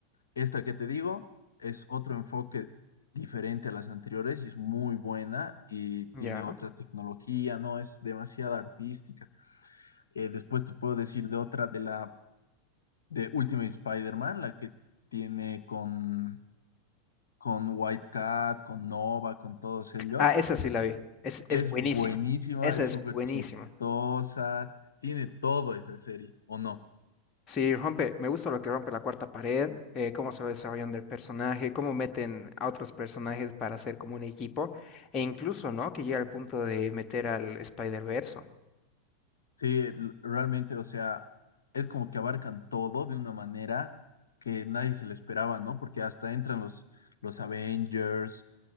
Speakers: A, on the left; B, on the left.
A: esta que te digo es otro enfoque diferente a las anteriores y es muy buena y tiene
B: Ya.
A: otra tecnología, no es demasiado artística. Eh, después te puedo decir de otra de la de Ultimate Spider-Man, la que tiene con, con White Cat, con Nova, con todos ellos.
B: Ah, esa sí la vi. Es, es
A: Es
B: buenísima.
A: buenísima,
B: Esa
A: es
B: es
A: súper
B: buenísima.
A: chistosa, tiene todo esa serie, ¿o no?
B: Sí, rompe, me gusta lo que rompe la cuarta pared, eh, cómo se va desarrollando el personaje, cómo meten a otros personajes para hacer como un equipo, e incluso, ¿no? Que llega al punto de meter al Spider-Verse.
A: Sí, l- realmente, o sea, es como que abarcan todo de una manera que nadie se lo esperaba, ¿no? Porque hasta entran los, los Avengers,